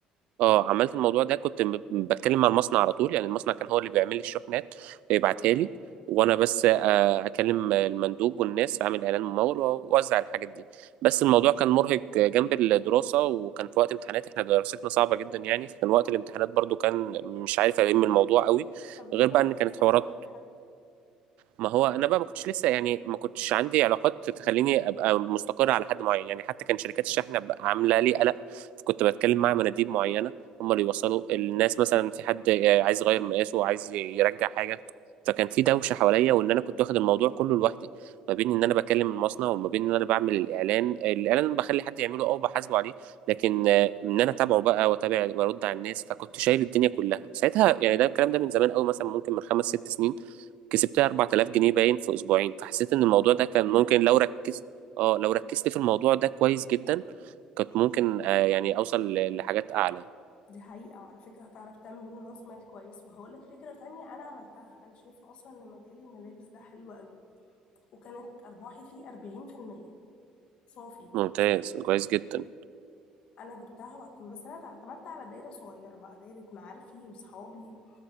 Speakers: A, on the right; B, on the left.
A: اه عملت الموضوع ده كنت ب- بتكلم مع المصنع على طول يعني المصنع كان هو اللي بيعمل لي الشحنات ويبعتها لي وانا بس آه، اكلم المندوب والناس اعمل اعلان ممول واوزع الحاجات دي بس الموضوع كان مرهق جنب الدراسه وكان في وقت امتحانات احنا دراستنا صعبه جدا يعني فكان وقت الامتحانات برضو كان مش عارف الم الموضوع قوي
B: طب ليه
A: غير
B: ما
A: بقى ان
B: ما
A: كانت
B: استعنتش
A: حوارات
B: بحد
A: ما هو انا بقى ما كنتش لسه يعني ما كنتش عندي علاقات تخليني ابقى مستقر على حد معين يعني حتى كان شركات الشحن بقى عامله لي قلق كنت بتكلم مع مناديب معينه هم اللي يوصلوا الناس مثلا في حد عايز يغير مقاسه عايز يرجع حاجه فكان في دوشه حواليا وان انا كنت واخد الموضوع كله لوحدي ما بين ان انا بكلم المصنع وما بين ان انا بعمل الاعلان الاعلان بخلي حد يعمله او بحاسبه عليه لكن آه، ان انا اتابعه بقى واتابع وارد على الناس فكنت شايل الدنيا كلها ساعتها يعني ده الكلام ده من زمان قوي مثلا ممكن من خمس ست سنين كسبتها 4000 جنيه باين في اسبوعين فحسيت ان الموضوع
B: طب على
A: ده كان
B: فكره دي
A: ممكن
B: حلوه
A: لو
B: جدا
A: ركزت اه لو ركزت في الموضوع ده كويس جدا كنت ممكن آه يعني اوصل ل- لحاجات اعلى
B: دي حقيقه وعلى فكره هتعرف تعمل منه راس مال كويس وهقول لك فكره تانية انا عملتها انا شايفه اصلا ان مجال الملابس ده حلو قوي وكانت ارباحي فيه 40% صافي
A: ممتاز كويس جدا
B: انا جبتها واعتمدت بس انا اعتمدت على دايره صغيره بقى دايره معارفي وصحابي